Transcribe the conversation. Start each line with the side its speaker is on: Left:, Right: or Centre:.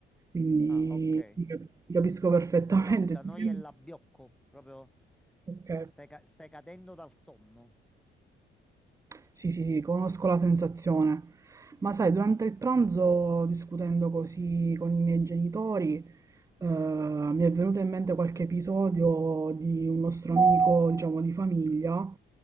Right: Quindi
Centre: Ah, ok.
Right: ti cap- ti capisco perfettamente.
Centre: No, la- da noi
Right: <laughs>
Centre: è l'abbiocco, proprio
Right: Ok.
Centre: stai, ca- stai cadendo dal sonno.
Right: Sì, sì, sì, conosco la sensazione. Ma sai, durante il pranzo, discutendo così con i miei genitori, eh, mi è venuto in mente qualche episodio di un nostro amico, diciamo, di famiglia,